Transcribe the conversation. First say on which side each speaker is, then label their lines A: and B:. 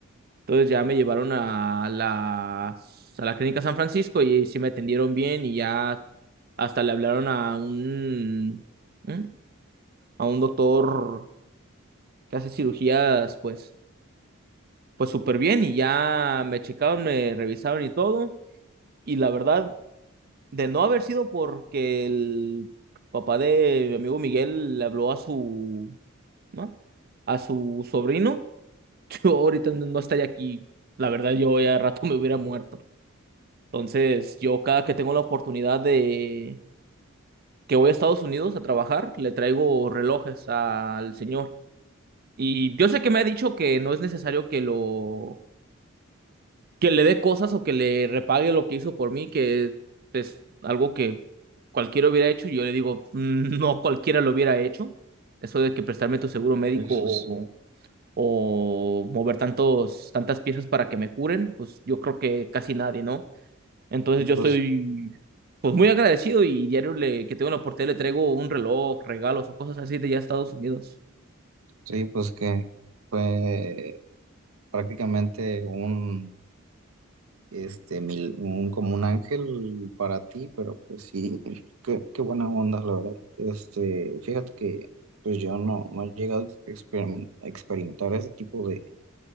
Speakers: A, on the right; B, on the right.
A: Entonces ya me llevaron a la, a la clínica San Francisco y sí me atendieron bien y ya hasta le hablaron a un, ¿eh? a un doctor que hace cirugías, pues pues súper bien y ya me checaron, me revisaron y todo. Y la verdad, de no haber sido porque el papá de mi amigo Miguel le habló a su, ¿no? A su sobrino, <laughs> yo ahorita no no estaría aquí. La verdad, yo ya de rato me hubiera muerto. Entonces, yo cada que tengo la oportunidad de que voy a Estados Unidos a trabajar, le traigo relojes al señor. Y yo sé que me ha dicho que no es necesario que lo que le dé cosas o que le repague lo que hizo por mí, que es algo que cualquiera hubiera hecho, y yo le digo, "Mm, no cualquiera lo hubiera hecho. Eso de que prestarme tu seguro médico
B: Eso
A: o,
B: sí.
A: o mover tantos, tantas piezas para que me curen, pues yo creo que casi nadie, ¿no? Entonces
B: Y
A: yo
B: pues,
A: estoy pues muy agradecido y diario le, que tengo la oportunidad le traigo un reloj, regalos o cosas así de ya Estados Unidos.
B: sí, pues que fue prácticamente un, este, mil, un, como un ángel para ti, pero pues sí, <laughs> qué, qué buena onda, la verdad. Este, fíjate que pues yo no, no he llegado a experim- experimentar ese tipo de